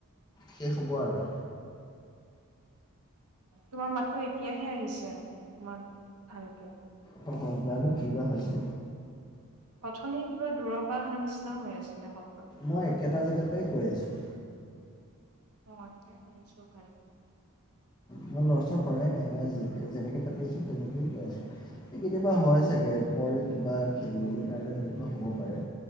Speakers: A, on the left; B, on the right.
A: শেষ হ'ব আৰু
B: তোমাৰ মাততো এতিয়াহে আহিছে অকমান ভালকে
A: হয় হয় জানো কি বা হৈছে
B: অথনি কিবা দূৰৰ পৰা অহা নিচিনা হৈ আছিলে হ
A: মই একেটা জেগাৰ পৰাই গৈ আছোঁ
B: মই এতিয়া শভাই
A: মই লৰচৰ কৰাই নাই মই যেনেকে থাকে তেনেকেই কৰাছো স কেতিয়াবা হয় চাগে পৰ কিবা খেলি মেলি কাৰণে তেনেকা হ'ব পাৰে